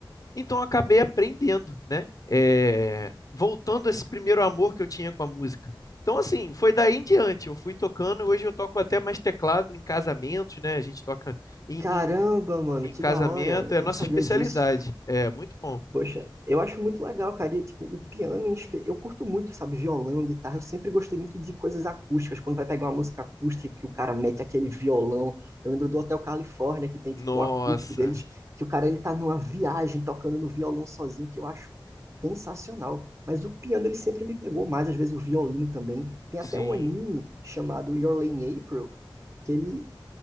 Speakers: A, on the left; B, on the right.
A: Então acabei aprendendo, né? É, voltando a esse primeiro amor que eu tinha com a música. Então, assim, foi daí em diante. Eu fui tocando, hoje eu toco até mais teclado em casamentos, né? A gente toca em,
B: Caramba,
A: em,
B: mano,
A: em
B: que
A: casamento,
B: da hora. Eu
A: é a nossa
B: não sabia
A: especialidade.
B: disso.
A: É muito bom.
B: Poxa, eu acho muito legal, cara. E, tipo, o piano, em espe- eu curto muito, sabe, violão, guitarra. Eu sempre gostei muito de coisas acústicas. Quando vai pegar uma música acústica, que o cara mete aquele violão. Eu lembro do Hotel Califórnia, que tem, tipo,
A: Nossa,
B: um acústico deles, que o cara, ele tá numa viagem tocando no violão sozinho, que eu acho sensacional. Mas o piano, ele sempre me pegou mais, às vezes o violino também. Tem
A: sim,
B: até um anime chamado Your Lane April, que ele...